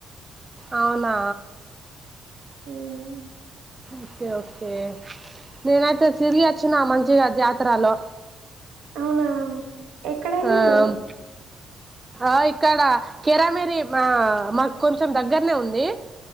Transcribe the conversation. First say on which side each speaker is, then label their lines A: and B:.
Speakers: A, on the right; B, on the right.
A: అవునా
B: ఉమ్మ్
A: ఒకె ఓకే నేనైతే తిరిగి అచ్చినా మంచిగా జాతరాలో
B: అవునా ఎక్కడ ఎల్లిండు
A: ఆమ్ ఆ ఇక్కడ కేరామెరి మా మాకు కొంచెం దగ్గరనే ఉందీ